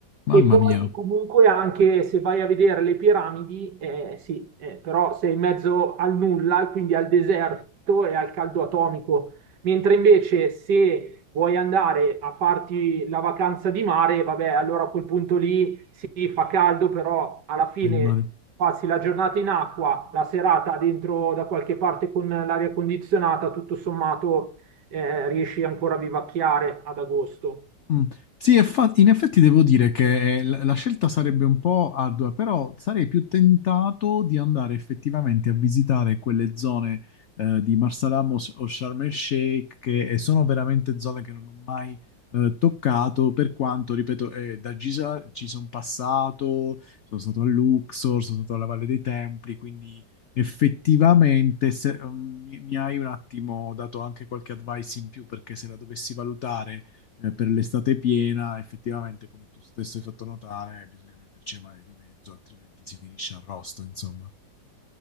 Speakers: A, on the left (about 75°); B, on the right (about 70°).
A: Mamma
B: e poi
A: mia,
B: comunque anche se vai a vedere le piramidi, eh, sì, eh, però sei in mezzo al nulla, e quindi al deserto e al caldo atomico. Mentre invece se vuoi andare a farti la vacanza di mare, vabbè, allora a quel punto lì sì, fa caldo, però alla fine
A: è il mare.
B: passi la giornata in acqua, la serata dentro da qualche parte con l'aria condizionata, tutto sommato eh, riesci ancora a vivacchiare ad agosto.
A: Mm. Sì, effa- in effetti devo dire che eh, la la scelta sarebbe un po' ardua, però sarei più tentato di andare effettivamente a visitare quelle zone eh, di Marsalamos o Sharm el Sheikh, che eh, sono veramente zone che non ho mai eh, toccato, per quanto, ripeto, eh, da Giza ci sono passato, sono stato a Luxor, sono stato alla Valle dei Templi, quindi effettivamente se- mm, mi mi hai un attimo dato anche qualche advice in più, perché se la dovessi valutare eh, per l'estate piena, effettivamente, come tu stesso hai fatto notare, bisogna metterci male di mezzo, altrimenti si finisce arrosto, insomma.